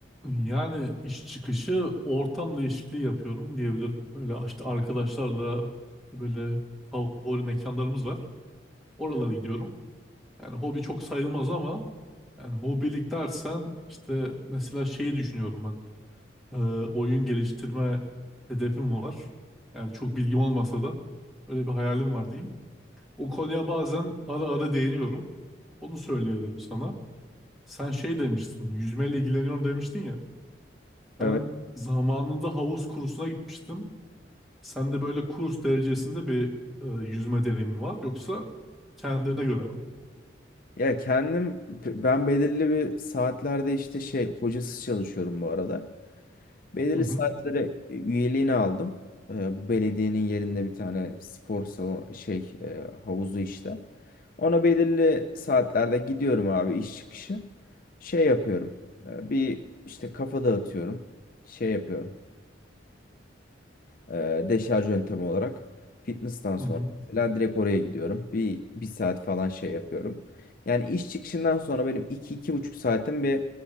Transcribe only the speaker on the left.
Evet.
Ya kendim ben belirli bir saatlerde işte şey hocasız çalışıyorum bu arada. Belirli
saatlere üyeliğini aldım. Ee, bu belediyenin yerinde bir tane spor salonu şey e, havuzu işte. Ona belirli saatlerde gidiyorum abi iş çıkışı. Şey yapıyorum. e, bir işte kafa dağıtıyorum. Şey yapıyorum e, deşarj yöntemi olarak fitness'tan sonra
mesela direkt oraya gidiyorum. Bir, bir saat falan şey yapıyorum. Yani iş çıkışından sonra benim iki iki buçuk saatim bir